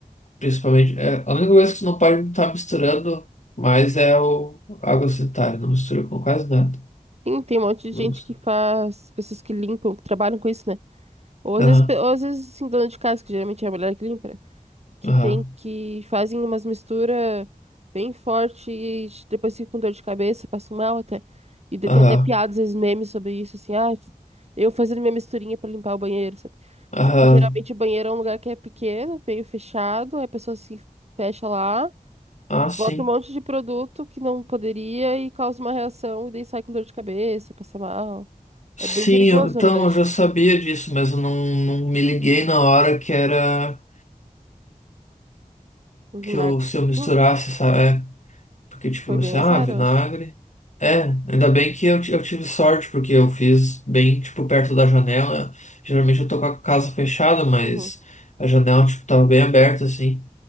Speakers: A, on the left; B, on the right.
A: principalmente. É, a única coisa que você não pode estar misturando mais é o água sanitária, não mistura com quase nada.
B: Sim, tem um monte de gente
A: Não mistura.
B: que faz, pessoas que limpam, que trabalham com isso, né? Ou às
A: Aham.
B: vezes, pe- ou às vezes assim, dona de casa, que geralmente é a mulher que limpa. né? que
A: Aham,
B: tem que fazem umas misturas bem fortes, depois fica com dor de cabeça, passo mal até. E daí
A: aham,
B: tem até piadas, esses memes sobre isso, assim, ah, eu fazendo minha misturinha pra limpar o banheiro, sabe?
A: aham.
B: Mas é porque geralmente o banheiro é um lugar que é pequeno, meio fechado, aí a pessoa se fecha lá,
A: Ah, sim.
B: bota um monte de produto que não poderia e causa uma reação, e daí sai com dor de cabeça, passa mal.
A: Sim,
B: É bem perigoso,
A: eu- então
B: na verdade,
A: eu já sabia disso, mas eu não, não me liguei na hora que era
B: o vinagre.
A: que eu, se eu misturasse,
B: Hum,
A: sabe? É, porque tipo,
B: foi
A: você,
B: bem azar,
A: ah, vinagre.
B: eu acho.
A: É, ainda bem que eu, ti- eu tive sorte, porque eu fiz bem, tipo, perto da janela. Geralmente eu tô com a casa fechada, mas
B: Uhum,
A: a janela, tipo, tava bem aberta, assim.